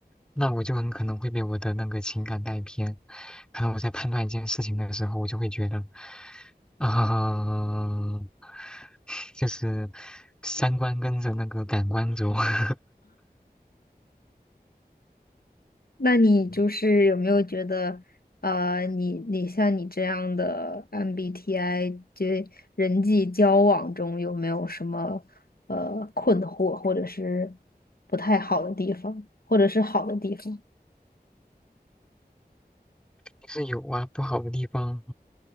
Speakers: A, in the centre; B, on the left.
A: 那我就很可能会被我的那个情感带偏。可能我在判断一件事情的时候，我就会觉得，嗯、<laughs> 就是三观跟着那个感官走。<laughs>
B: 那你就是有没有觉得，
A: 嗯
B: 呃，你你像你这样的 MBTI，就人际交往中有没有什么呃困惑，或者是不太好的地方，或者是好的地方？
A: 就是有啊，不好的地方，